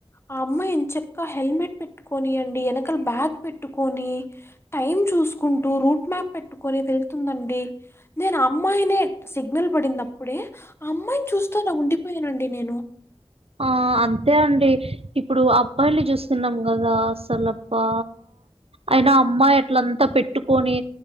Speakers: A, on the left (about 25°); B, on the right (about 70°).
A: ఆ అమ్మాయి ఏం చెక్క హెల్మెట్ పెట్టుకని అండి వెనకాల బ్యాగ్ పెట్టుకొని టైం చూసుకు చకుంటూ రూట్ మ్యాప్ పెట్టుకొని వెళ్తుందండి నేను ఆ అమ్మాయినే సిగ్నల్ పడినప్పుడే ఆ అమ్మాయిని చూస్తా నా ఉండిపోయన్ నండి నేను
B: ఆ అంతే అండి ఇప్పుడు అబ్బాయిల్ని చూస్తున్నాం కదా అసలప్పా అయినా అమ్మాయి అట్లంతా పెట్టుకొని